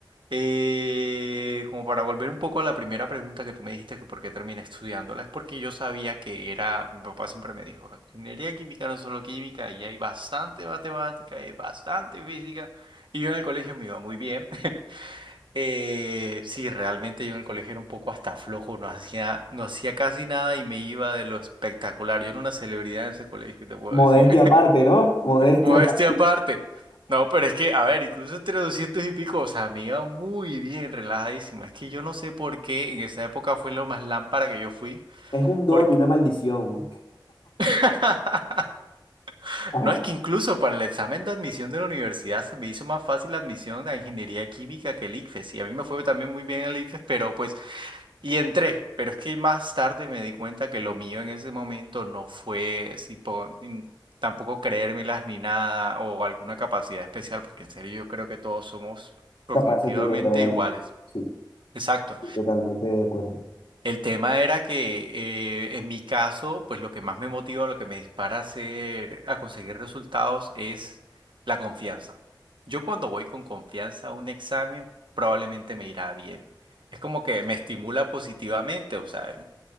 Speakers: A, on the right; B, on the left.
A: Eh, como para volver un poco a la primera pregunta que tú me dijiste que por qué terminé estudiándola, es porque yo sabía que era, mi papá siempre me dijo, ingeniería química no es solo química, y hay bastante matemática, hay bastante física, y yo en el colegio me iba muy bien. <laughs> Eh, sí, realmente yo en el colegio era un poco hasta flojo, no hacía, no hacía casi nada y me iba de lo espectacular. Yo era una celebridad en ese colegio, te puedo
B: modestia
A: decir.
B: aparte, ¿no? Modestia
A: Modestia
B: aparte.
A: aparte. No, pero es que, a ver, incluso entre 200 y pico, o sea, me iba muy bien, relajadísimo. Es que yo no sé por qué en esa época fue lo más lámpara que yo fui.
B: Es un don
A: Porque...
B: y una maldición.
A: <laughs>
B: Ajá,
A: No, es que incluso para el examen de admisión de la universidad se me hizo más fácil la admisión a ingeniería química que el ICFES. Y a mí me fue también muy bien el ICFES, pero pues Y entré, pero es que más tarde me di cuenta que lo mío en ese momento no fue así, po- ni- tampoco creérmelas ni nada o alguna capacidad especial, porque en serio yo creo que todos somos cognitivamente
B: capaces de lograr algo.
A: iguales.
B: Sí,
A: Exacto.
B: totalmente de acuerdo.
A: El tema era que eh, en mi caso, pues lo que más me motiva, lo que me dispara a hacer, a conseguir resultados es la confianza. Yo cuando voy con confianza a un examen, probablemente me irá bien. Es como que me estimula positivamente, o sea,